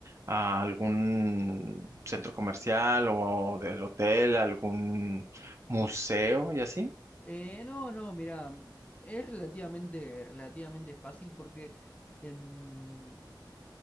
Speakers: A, on the right; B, on the left.
A: a algún centro comercial o del hotel, a algún museo y así.
B: Eh, no, no, mira, es relativamente, relativamente fácil porque em,